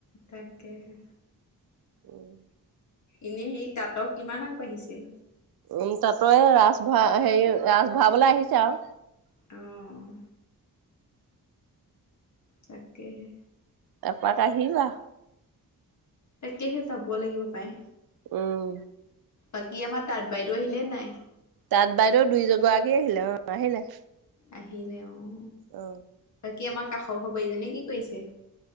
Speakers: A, on the left; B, on the right.
A: তাকেহে
B: উম
A: এনেই সেই তাঁতৰ কিমান আগবাঢ়িছে?
B: উম তাত ৰাজ ভৰা হেৰি ৰাজ ভৰাবলৈ আহিছে আওঁ।
A: অ', তাকেহে
B: এপাক আহি বা
A: তাকেহে যাব লাগিব পায়
B: উম
A: বাকী আমাৰ তাঁত বাইদেউ আহিলে নাই
B: তাত বাইদেউ দুই গৰাকী আহিলে, অ আহিলে
A: আহিলে অঁ
B: অ
A: কি আমাৰ কাষৰ ঘৰৰ বোৱাৰীজনী কি কৰিছে?